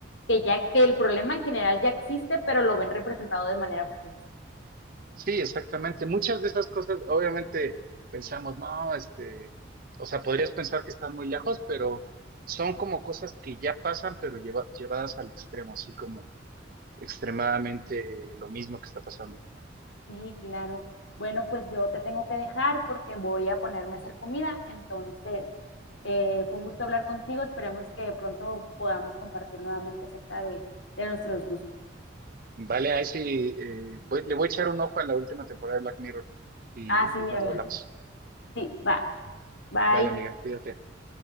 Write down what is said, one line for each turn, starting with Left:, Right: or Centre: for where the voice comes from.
Left: que ya que el problema en general ya existe, pero lo ven representado de manera futurista.
Right: Sí, exactamente. Muchas de esas cosas, obviamente, pensamos, no, este, o sea, podrías pensar que están muy lejos, pero son como cosas que ya pasan, pero lleva- llevadas al extremo, así como extremadamente lo mismo que está pasando.
Left: Sí, claro. Bueno, pues yo te tengo que dejar porque voy a ponerme a hacer comida. Entonces, eh, fue un gusto hablar contigo. Esperemos que pronto podamos compartir nuevamente acerca de, de nuestros gustos.
Right: Vale, ahí sí, eh, voy- le voy a echar un ojo a la última temporada de Black Mirror y
Left: Ah, sí,
Right: pronto
Left: mírala.
Right: hablamos.
Left: Sí, va. Bye.
Right: Vale, amiga, cuídate.